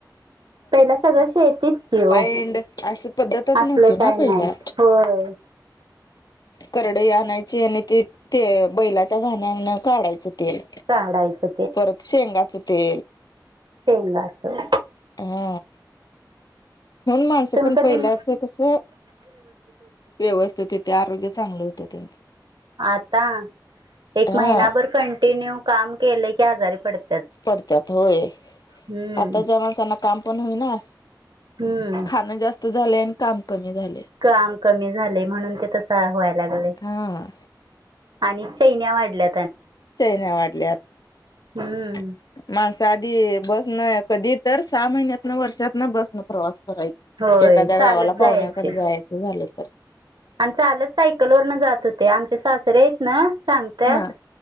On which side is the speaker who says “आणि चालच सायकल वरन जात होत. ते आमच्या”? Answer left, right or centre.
Right